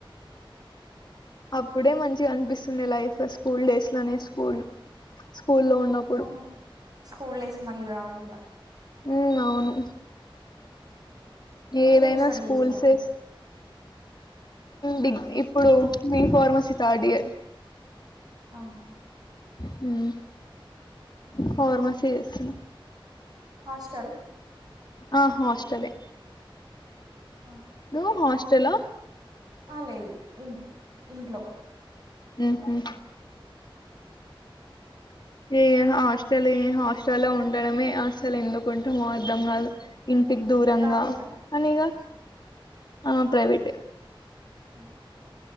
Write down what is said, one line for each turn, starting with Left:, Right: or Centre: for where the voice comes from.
Left: అప్పుడే మంచిగా అనిపిస్తుండే లైఫ్ స్కూల్ డేస్ లోనే స్కూల్ స్కూల్లో ఉన్నప్పుడు.
Right: అవును స్కూల్ డేస్ మళ్ళీ రావు కదా
Left: ఉ అవును ఏదైనా
Right: మీరేం స్టడీ
Left: స్కూల్స్
Right: జేస్తారక్క?
Left: సెస్ డిగ ఇప్పుడు మీ ఫార్మసీ థర్డ్య
Right: ఆ
Left: హ్మ్ ఫార్మసీ చేస్తున్నా
Right: హాస్టల్
Left: ఆ హాస్టల్లె
Right: ఆ!
Left: నొ హస్ చెలో
Right: ఆ లేదు ఇంటి ఇంట్లో
Left: హుహు. ఏ హాస్టల్ ఏ హాస్టల్ల్లో ఉండడమే అసలు ఎందుకు ఉంటామో అర్థం కాదు ఇంటికి దూరంగా
Right: ప్రైవేటా?
Left: అనీగా ఆ ప్రైవేట్
Right: ఆ